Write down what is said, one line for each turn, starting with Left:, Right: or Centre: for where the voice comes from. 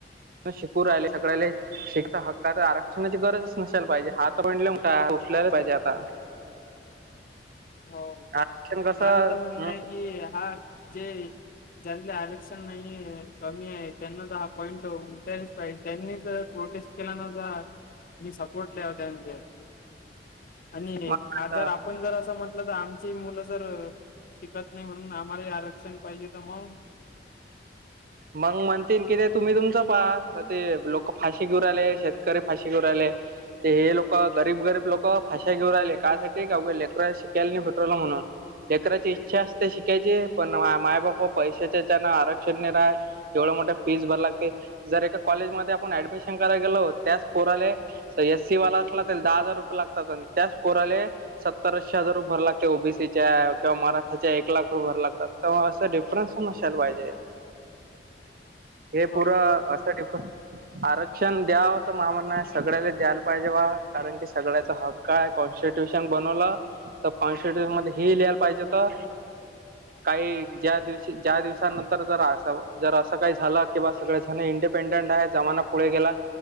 Right: शिकू राहिले सगळ्याले. हक्काच आरक्षणाची गरजच नसाला पाहिजे, हात <unintelligible> पाहिजे आता
Left: हो
Right: आरक्षण कसं
Left: माझं तर म्हणणं
Right: हम्म
Left: आहे की, हा जे.. ज्यांले आरक्षण नाही कमी आहे, त्यांना तर हा पॉईंट त उठलीच पाहिजे. प्रोटेस्ट केला मग, मी सपोर्ट <unintelligible> त्यानले आणि
Right: मग
Left: आ
Right: आता
Left: जर आपण जर, असं म्ह लं तर आमची मुलं जर शिकत नाही म्हणून आम्हा ले आरक्षण पाहिजे तर मग
Right: मग म्हणतील ते तुम्ही तुमच पाहा, तसाही तर ते लोक फाशी घेऊ राहले शेतकरी फाशी घेऊ राहिले ते हे लोक गरीब गरीब लोक फाशा घेऊ राहिले, कासाठी की लेकर शिकायला भेटरवलं म्हणून. लेकराची इच्छा असते शिकायची, पण माय बाप पैशाच्या च्यान आरक्षणने राहात एवढं मोठं फीस भरायला लागते, जर एका कॉलेजमध्येध्ये आपण ऍडमिशन करायला गेलो त्याच पोराले एससी वाला असला तर दहा हजार रुपये लागतात, न अन त्याच पोराले. सत्तर ऐशी हजार रुपेया भर लागते ओबीसीच्या किंवा मराठ्याच्या एक लाख रुपये भरायला लागतात. तवा असं डिफरन्स असायला पाहिजे. हे
Left: हो
Right: पुर असं डिफ आरक्षण द्याव तर मा म्हण सगळ्या ले द्यायला, पाहिजे वा कारण की सगळ्याचा हक काय कॉन्स्टिट्युशन बनवलं, तर कॉन्स्टिट्युशन मध्ये हे लिहायला पाहिजे त काही ज्या दिवशी दिवसानंतर जर असं जर असं काही झालं कि, बा सगळे जण इंडिपेंडेंट आहे जमाना पुढे गेला